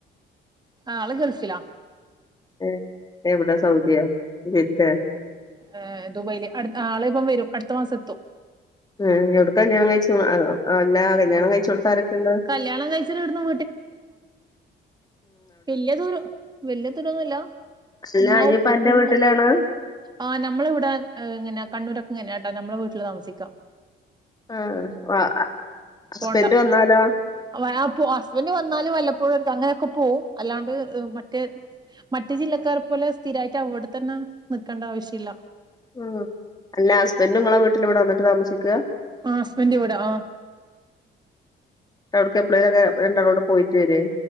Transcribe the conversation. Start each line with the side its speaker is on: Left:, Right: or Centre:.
Right: ആള് ഗൾഫ്‌ലാ
Left: ഏഹ്, എവിടെ സൗദിയ, ജിദ്ദേ?
Right: ഏഹ്, ദുബൈയില് അട് ആള് ഇപ്പം വെരും അടുത്ത മാസ എത്തും.
Left: ഏഹ്, എടുക്കാ കല്ല്യാണം കഴിച്ച് അതോ ആ, അല്ല കല്ല്യാണം കഴിച്ചോട്ത്ത് ആരെക്കെ ഇള്ളെ?
Right: കല്യാണം കഴിച്ചിട്ട് ഇവിടുന്ന് വെല്ല്യ ദൂരോ വെല്ല്യ ദൂരൊന്നൂല്ല.
Left: അല്ല
Right: ഉമ്മ,
Left: ഇയ്യ്പ്പ
Right: ഉ
Left: അന്റെ
Right: ഉമ്മ
Left: വീട്ടിലാണ്
Right: ആ, നമ്മള ഇവിടെ ഏഹ്, ഇങ്ങനെ കണ്ണൂരൊക്കെ ഇങ്ങനെട്ടാ നമ്മളെ വീട്ടില താമസിക്ക്.
Left: ആഹ്, വ ഹസ്ബൻഡ്
Right: പോണ്ട
Left: വന്നാലോ?
Right: <unintelligible> ഹസ്ബൻഡ് വന്നാലും വല്ലപ്പോഴും അങ്ങനെയൊക്കെ പോവും, അല്ലാണ്ട് ഇഹ് മറ്റേ മറ്റ് ജില്ലക്കാർ പോലെ സ്ഥിരായിട്ട് അവിടെ തന്നെ നിക്കണ്ട ആവശ്യല്ല.
Left: ഉം, അല്ല ഹസ്ബന്റു ഇങ്ങളെ വീട്ടില് ഇവിടെ വന്നിട്ട് താമസിക്ക്.
Right: ആഹ്, ഹസ്ബന്റിവടെ ആഹ്,
Left: എവിട്ക്കു എപ്പളേലെക്കെ രണ്ടാളൂടി പോയിട്ട് വെരേ?